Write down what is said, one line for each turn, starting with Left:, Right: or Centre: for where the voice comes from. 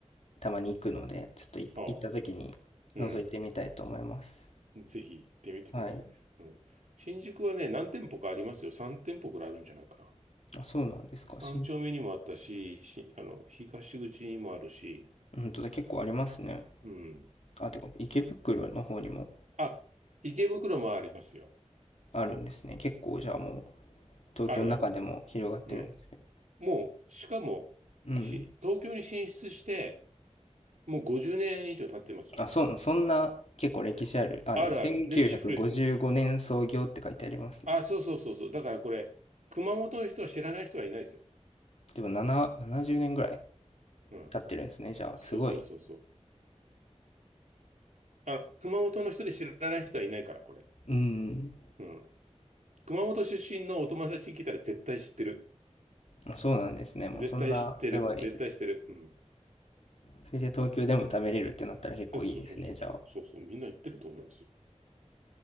Left: たまに行くので、ちょっとい行った時に覗いてみたいと思います。
Right: ああ、うん。ぜひ行ってみてください。
Left: はい。
Right: うん。新宿はね、何店舗かありますよ。3店舗くらいあるんじゃないかな。
Left: あ、そうなんですか。
Right: 三丁目にもあったし、
Left: しん、
Right: し、あの、東口にもあるし、
Left: 本当だ、結構ありますね。
Right: うん。
Left: あ、てか、池袋の方にも
Right: あ、池袋もありますよ。
Left: あるんですね。結構、じゃあもう、東京の中でも広がってるんですね。
Right: あるある。うん。もう、しかも、
Left: うん。
Right: し、東京に進出して、もう50年以上経ってますよね。
Left: あ、そ、そんな結構歴史ある。あ、
Right: あるある。
Left: でも1955年創業って書いてありますね。
Right: 歴史古い。あ、そうそうそうそう。だからこれ、熊本の人は知らない人はいないですよ。
Left: でも7、70年ぐらい
Right: うん。
Left: 経ってるんですね。じゃあ、
Right: そうそうそうそう。
Left: すごい。
Right: あの、熊本の人で知らない人はいないから、これ。
Left: うん。
Right: うん。熊本出身のお友達に聞いたら絶対知ってる。
Left: まあそうなんですね。もうそんな、
Right: 絶対知ってる。
Left: すごい。
Right: 絶対知ってる。うん。
Left: それで東京でも食べれるってなったら結構いいですね。
Right: えそうそうそうそう。
Left: じゃあ。
Right: そうそう。みんな言ってると思いますよ。